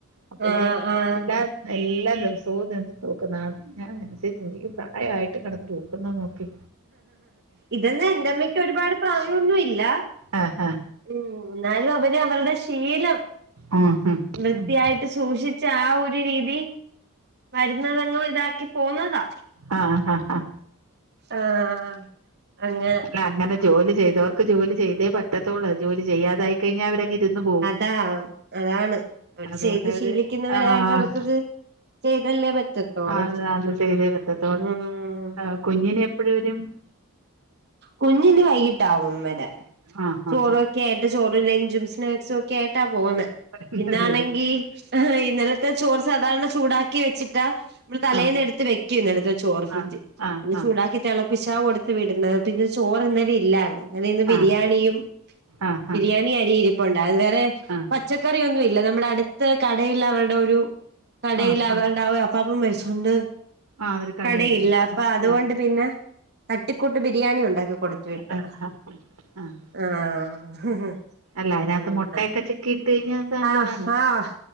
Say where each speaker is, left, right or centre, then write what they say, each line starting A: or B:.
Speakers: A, on the right (about 85°); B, on the right (about 50°).
A: അപ്പോഴത്തേക്ക്
B: ആഹ്
A: <unintelligible>
B: ആഹ്
A: എല്ലാ ദിവസവും നിന്ന് തുക്കുന്നതാണ് ഞാൻ മനസി ചിന്തിക്കും ഈ പ്രായായിട്ട് കെടന്ന് തൂക്കുന്ന നോക്ക്
B: ഇതന്നാ എന്റെമ്മക്ക് ഒരുപാട് പ്രായൊന്നും ഇല്ല
A: ആഹാ
B: ഉം എന്നാലും അവര് അവരുടെ ശീലം
A: ഉം ഉം
B: വൃത്തിയായിട്ട്
A: ഉം
B: ട്ട് സൂക്ഷിച്ച ആ ഒരു രീതി വരുന്നതങ്ങും ഇതാക്കി പോവുന്നതാ.
A: ആഹ് ആഹ്
B: ആഹ് അങ്ങനെ
A: അല്ല അങ്ങനെ ജോലി ചെയ്തവർക്ക് ജോലി ചെയ്തേ പറ്റത്തുള്ളൂ ജോലി ചെയ്യാതായി കഴിഞ്ഞ അവരങ്ങ് ഇ ര്ന്ന് പോവും
B: അതാ അതാണ് അവര്
A: അതുകൊണ്ട്
B: ചെയ്ത്
A: അവര്
B: ശീലിക്കുന്നവരായോണ്ട്
A: ആഹ്
B: അവർക്കത് ചെയ്തല്ലേ പറ്റത്തോളൂ
A: ആത് അത് ചെയ്തേ പറ്റത്തൊള്ള്
B: ഉം
A: ആഹ് കുഞ്ഞിനി എപ്പഴ് വരും
B: കുഞ്ഞിനി വൈകിട്ടാവും വരാൻ
A: ആ
B: ചോറ്
A: ആ ആ
B: വെ ക്കെ ആയിട്ട് ചോറും ലഞ്ചും സ്നാക്സും ഒക്കെ ആയിട്ടാ പോവുന്നെ
A: വരുന്നത്
B: ഇന്നാണെങ്കി ഇന്നലത്തെ ചോറ് സാധാരണ ചൂടാക്കി വെച്ചിട്ടാ നമ്മള് തലേന്ന്
A: ആഹ്
B: എടുത്ത് വെക്കും ഇന്നലെത്തെ ചോറ് ഫ്രിഡ്ജി
A: ആഹ് ആഹ്
B: പിന്നെ
A: ആഹ്
B: ചൂടാക്കി തെളപ്പിച്ചാ കൊടുത്ത് വിടുന്നത് പിന്നെ ചോറ് ഇന്നലെ ഇല്ലായിരുന്നു അങ്ങനെ ഇന്ന് ബിരിയാണിയും
A: ആഹ് ആഹ്
B: ബിരിയാണി അരി ഇരിപ് പ്പുണ്ടായിരുന്ന് അത് വേറെ
A: ആഹ്
B: ച്ചക്കറിയൊന്നും ഇല്ല നമ്മുടെ അടുത്ത കടേൽ അവരുടെ ഒരു കടേൽ
A: ആഹ്
B: അവരുടെ
A: ആഹ് ആഹ്
B: ആ ഒര് അപ്പാപ്പൻ മരിച്ചോണ്ട്
A: ആഹ് ഒരു കടയിൽ
B: കടയില്ല അപ്പ
A: ആഹ്
B: അതുകൊണ്ട്
A: ആഹ്
B: പിന്ന തട്ടിക്കൂട്ട് ബിരിയാണി ഉണ്ടാക്കി കൊടുത്തു വിട്ടു
A: ആഹ് ആഹ്
B: ആഹ്
A: അല്ല അയ്നകത്ത്
B: അങ്ങനെ
A: മുട്ടയൊക്കെ ചിക്കി ഇട്ട് കഴിഞ്ഞാ നല്ലതാണ്.
B: ആഹ് ആഹ്